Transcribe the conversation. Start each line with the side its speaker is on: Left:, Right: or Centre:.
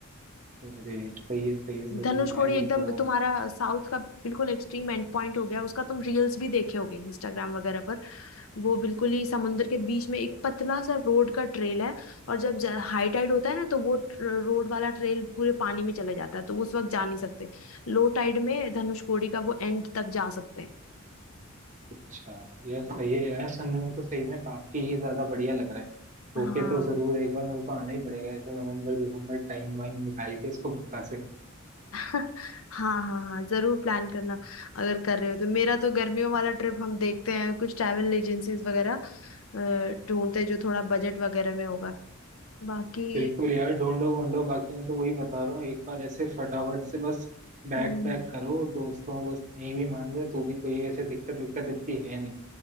Right: अरे सही है सही है जरूर
Left: धनुषकोडी
Right: यार ये
Left: एकदम
Right: तो
Left: तुम्हारा साउथ का बिल्कुल एक्सट्रीम एंड पॉइंट हो गया उसका तुम रील्स भी देखे होगे इंस्टाग्राम वगैरह पर वो बिल्कुल ही समुद्र के बीच में एक पतला सा रोड का ट्रेल है और जब हाई टाइड होता है ना तो वो रोड वाला ट्रेल पूरे पानी में चले जाता है तो उस वक्त जा नहीं सकते लो टाइड में धनुषकोडी का वो एंड तक जा सकते हैं
Right: अच्छा यार सही है यार सुनने में तो सही में काफी ही ज्यादा बढ़िया लग रहा है
Left: हाँ
Right: ओके तो जरूर एक बार मेरे को आना ही पड़ेगा ऐसे नवंबर दिसंबर टाइम वाइम निकाल के इसको पक्का से
Left: <laughs> हाँ हाँ हाँ जरूर प्लान करना अगर कर रहे हो तो मेरा तो गर्मियों वाला ट्रिप हम देखते हैं कुछ ट्रैवल एजेंसीज वगैरह अ, ढूंढते हैं जो थोड़ा बजट वगैरह में होगा बाकी
Right: बिल्कुल यार ढूंढो ढूंढो बाकी मैं तो वही बता रहा हूँ एक बार ऐसे फटाफट से बस बैक
Left: हम्म,
Right: पैक करो दोस्तों वो नहीं भी मान रहे तो भी कोई वैसे दिक्कत विक्कत इतनी है नहीं